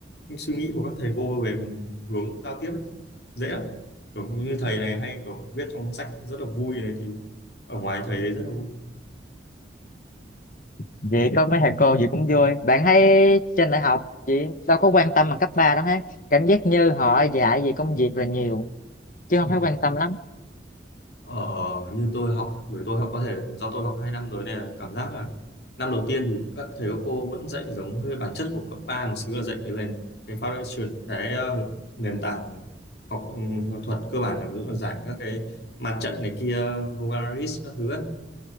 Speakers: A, on the left; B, on the left.
A: những suy nghĩ của các thầy cô về hướng giao tiếp ấy, dễ lắm kiểu như thầy này hay kiểu viết trong sách rất là vui này thì ở ngoài thầy đấy rất là vui
B: Vậy có mấy thầy cô gì cũng vui. Bạn thấy trên đại học chị đâu có quan tâm bằng cấp 3 đâu ha. Cảm giác như họ dạy về công việc là nhiều chứ
A: ừ.
B: không thấy quan tâm lắm.
A: ờ, như tôi học bởi tôi học có thể do tôi học 2 năm rồi nên là cảm giác là năm đầu tiên thì các thầy các cô vẫn dạy giống hơi bản chất của cấp 3 một xíu là dạy cái nền cái foundation cái ờ, nền tảng học ừ, thuật cơ bản là ví dụ là giải các cái mặt trận này kia Novaris các thứ ấy.